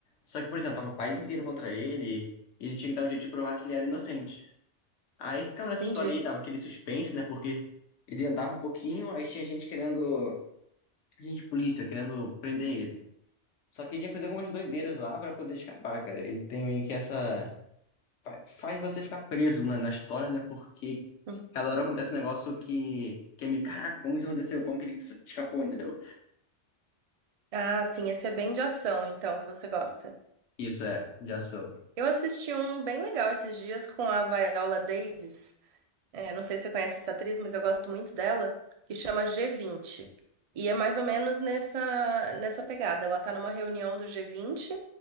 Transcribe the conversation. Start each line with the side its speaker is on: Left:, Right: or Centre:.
Left: Só que, por exemplo, tava o país inteiro contra ele e ele tinha que dar um jeito de provar que ele era inocente. Aí ficava
Right: entendi.
Left: nessa história aí, dava aquele suspense, né? Porque ele andava um pouquinho, aí tinha gente querendo... Gente, de polícia, querendo prender ele. Só que ele ia fazer algumas doideiras lá pra poder escapar, cara. E tem meio que essa fa- faz você ficar preso na, na história, né? Porque
Right: Hum.
Left: cada hora acontece um negócio que, que é meio, caraca, como isso aconteceu? Como que ele s- escapou, entendeu?
Right: Ah, sim, esse é bem de ação, então, que você gosta.
Left: Isso é, de ação.
Right: Eu assisti um bem legal esses dias com a Viola Davis. É, não sei se você conhece essa atriz, mas eu gosto muito dela, que chama G20. E é mais ou menos nessa, nessa pegada. Ela tá numa reunião do G20,